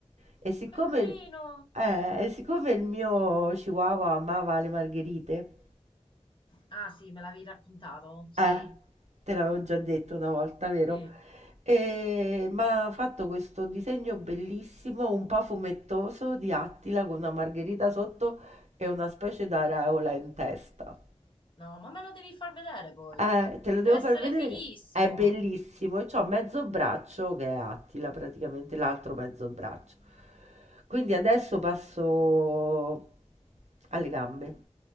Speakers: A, on the right; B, on the left.
A: E siccome,
B: Che carino.
A: eh, e siccome il mio chihuahua amava le margherite,
B: Ah sì, me l'avevi raccontato? Sì.
A: eh, te l'avevo già detto una volta, vero?
B: Sì.
A: E ma ha fatto questo disegno bellissimo, un po' fumettoso, di Attila con una margherita sotto e una specie d'aureola in testa.
B: No, ma me lo devi far vedere poi.
A: Eh, te lo
B: Deve
A: devo
B: essere
A: far vedere
B: fighissimo.
A: che è bellissimo e c'ho mezzo braccio che è Attila praticamente, l'altro mezzo braccio. Quindi adesso passo alle gambe.